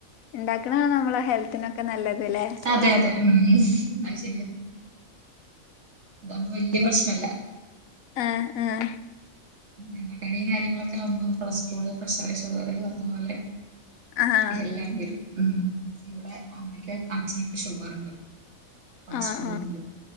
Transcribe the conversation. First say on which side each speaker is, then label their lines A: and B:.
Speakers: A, on the left (about 80°); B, on the right (about 55°).
A: ഉണ്ടാക്കണാണ് നമ്മളെ ഹെൽത്തിനൊക്കെ നല്ലത് ല്ലേ
B: അതെ അതെ ഉം എന്ന ശരിയ അതാവകുമ്പോ വല്യ പ്രശ്നല്ല
A: ആഹ് ആഹ്
B: എണ്ണക്കടിയ കാര്യങ്ങളൊക്കെകുമ്പോ കൊളസ്ട്രോള് പ്രഷറ് ഷുഗർ പറഞ്ഞ പോലെ
A: ആഹ്
B: എല്ലാം വരും ഉം ഇവിടെ അമ്മക്ക് അച്ഛനൊക്കെ ഷുഗർുണ്ട് <unintelligible> കൊളസ്ട്രോളും
A: ആഹ് ആഹ്
B: ഉണ്ട്